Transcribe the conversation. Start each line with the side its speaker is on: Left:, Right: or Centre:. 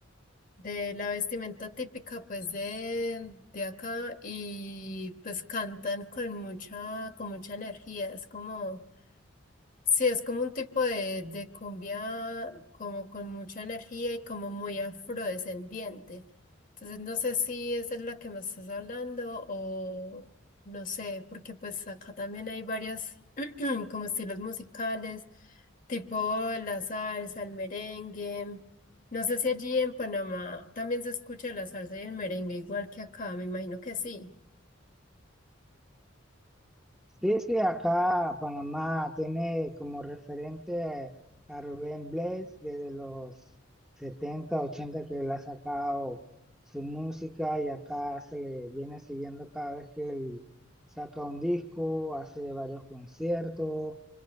Left: de la vestimenta típica pues de, de acá y pues cantan con mucha, con mucha energía, es como... Sí, es como un tipo de, de cumbia como con mucha energía y como muy afrodescendiente. Entonces no sé si esa es la que me estás hablando o no sé, porque pues acá también hay varias <clears throat> como estilos musicales, tipo la salsa, el merengue. No sé si allí en Panamá también se escucha la salsa y el merengue igual que acá, me imagino que sí.
Centre: Sí, sí, acá Panamá tiene como referente a Rubén Blades desde los 70, 80 que él ha sacado su música y acá se le viene siguiendo cada vez que él saca un disco, hace varios conciertos